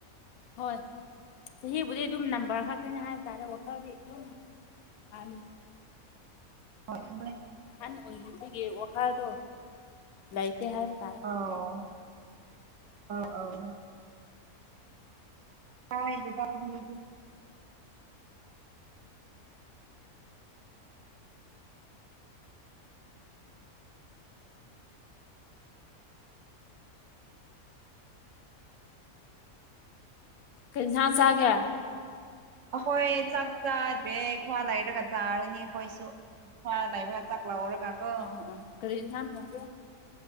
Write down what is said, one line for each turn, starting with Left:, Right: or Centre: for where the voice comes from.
Left: ꯍꯣꯏ ꯆꯍꯤꯕꯨꯗꯤ ꯑꯗꯨꯝ ꯅꯝꯕꯔ ꯈꯛꯇꯅꯤ ꯍꯥꯏꯕ ꯇꯥꯔꯦ ꯋꯥꯈꯜꯗꯤ ꯑꯗꯨꯝ <unintelligible>
Right: ꯍꯣꯏ ꯍꯣꯏ
Left: ꯑꯍꯟ ꯑꯣꯒꯤꯕꯒꯤ ꯋꯥꯈꯜꯗꯣ ꯂꯩꯇꯦ ꯍꯥꯏꯕ ꯇꯥꯔꯦ
Right: ꯑꯣ ꯑꯣ ꯑꯣ <unintelligible>
Left: ꯀꯔꯤ ꯏꯟꯁꯥꯡ ꯆꯥꯒꯦ
Right: ꯑꯩꯈꯣꯏ ꯆꯥꯛ ꯆꯥꯗ꯭ꯔꯦ ꯈꯔ ꯂꯩꯔꯒ ꯆꯥꯔꯅꯤ ꯑꯩꯈꯣꯏꯁꯨ ꯈꯔ ꯂꯩꯕꯒ ꯆꯥꯛ ꯂꯧꯔꯒ ꯀꯣ
Left: ꯑꯣ ꯑꯥ ꯀꯔꯤ ꯏꯟꯁꯥꯡ ꯊꯣꯡꯒꯦ